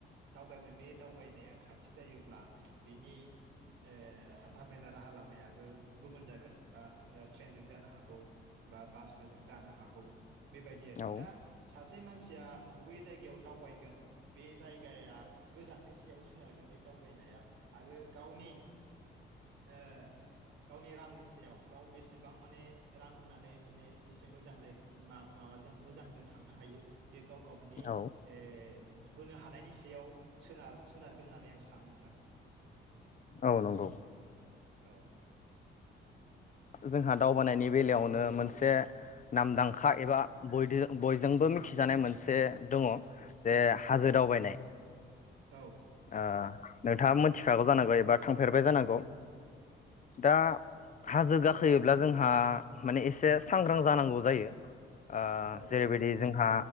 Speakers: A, on the right (about 85°); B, on the left (about 40°).
A: दावबायगोन बे दाव दावबायनाया खाथि जायोब्ला बिनि ओ हान्थामेला राहा लामायाबो गुबुन जागोन बा ट्रे-ट्रेनजों जानो हागौ बा बासफोरजों जानो हागौ। बेबायदि आरो
B: औ
A: दा सासे बै मानसिया बबे जायगायाव दावबायगोन बे जायगाया गोजाननि सि याव सोनारगोन बे दावबायनाया आरो गावनि ओह गावनि रांनि सेयाव गाव बेसेबां माने रां होनानै माने बेसे मोजां जायगा माब-माबाजों मोजांजों थांनो हायो बे गाव गावबोनि ओह
B: औ
A: होनो हानायनि सायाव सोनार सोनारगोन होननानै आं सानो नोंथां
B: औ नंगौ
A: औ
B: जोंहा दावबायनायनि बेलायावनो मोनसे नामदांखा एबा बयदिजो बयजोंबो मिथिजानाय मोनसे दङ जे हाजो दावबायनाय
A: औ
B: ओ नोंथाङा मिथिखागौ जानांगौ एबा थांफेरबाय जानांगौ दा हाजो गाखोयोब्ला जोंहा माने एसे सांग्रां जानांगौ जायो ओ
A: औ
B: जेरैबायदि जोंहा